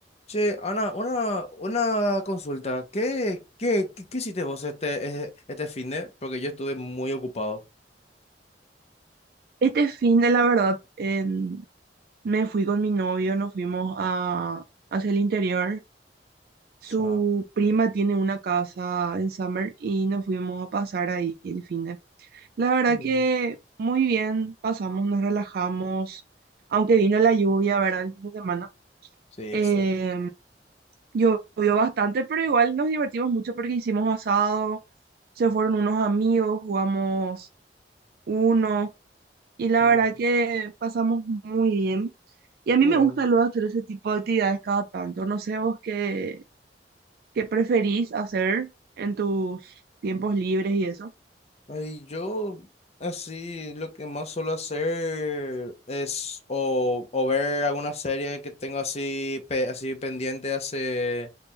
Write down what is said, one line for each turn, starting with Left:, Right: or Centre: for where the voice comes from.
Left: Che, Ana, una, una consulta. ¿Qué, qué, qué, qué hiciste vos este, eh, este finde? Porque yo estuve muy ocupado. O
Right: Este fin de la verdad, en- me fui con mi novio, nos fuimos a, hacia el interior. Su
Left: sea,
Right: prima tiene una casa en Summer y nos fuimos a pasar ahí el fin de. La verdad
Left: Mm.
Right: que muy bien, pasamos, nos relajamos, aunque vino la lluvia, ¿verdad? El fin de semana.
Left: sí,
Right: Em,
Left: eso.
Right: llovió bastante, pero igual nos divertimos mucho porque hicimos asado, se fueron unos amigos, jugamos uno. Y la
Left: Mm,
Right: verdad que pasamos muy bien. Y a
Left: qué
Right: mí me
Left: bien.
Right: gusta luego hacer ese tipo de actividades cada tanto. No sé vos qué, qué preferís hacer en tus tiempos libres y eso.
Left: Ay, yo así lo que más suelo hacer es o, o ver alguna serie que tengo así, pe- así pendiente hace,